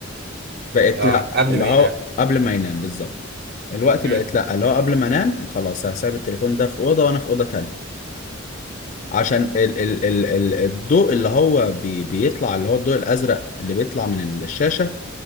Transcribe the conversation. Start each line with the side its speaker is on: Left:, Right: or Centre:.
Left: بقت
Right: اه
Left: لا
Right: قبل
Left: اللي
Right: ما
Left: هو
Right: ينام
Left: قبل ما ينام بالظبط الوقت
Right: مم.
Left: بقت لا اللي هو قبل ما انام خلاص هسيب التليفون ده في اوضه وانا في اوضه تانية عشان ال ال ال ال الضوء اللي هو بي بيطلع اللي هو الضوء الازرق اللي بيطلع من الشاشه